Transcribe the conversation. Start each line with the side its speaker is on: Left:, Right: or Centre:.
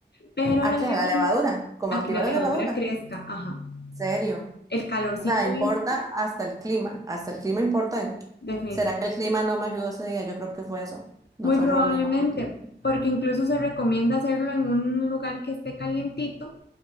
Left: Pero
Right: ¿A
Left: la
Right: qué?
Left: levadura,
Right: A la levadura. ¿Cómo
Left: a
Right: activar
Left: que la levadura
Right: la levadura?
Left: crezca, ajá,
Right: ¿En serio?
Left: el calorcito
Right: O sea, importa
Left: este,
Right: hasta el clima, hasta el clima importa. en-
Left: definitivamente.
Right: ¿Será que el clima no me ayudó ese día? Yo creo que fue eso. No
Left: Muy
Right: fue
Left: probablemente,
Right: error mío, fue el clima.
Left: porque incluso se recomienda hacerlo en un lugar que esté calientito